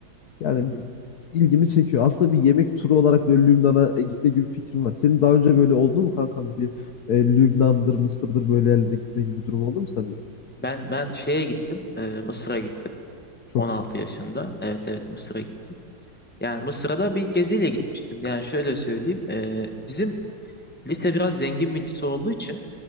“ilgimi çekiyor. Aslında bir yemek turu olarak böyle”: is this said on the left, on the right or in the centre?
Left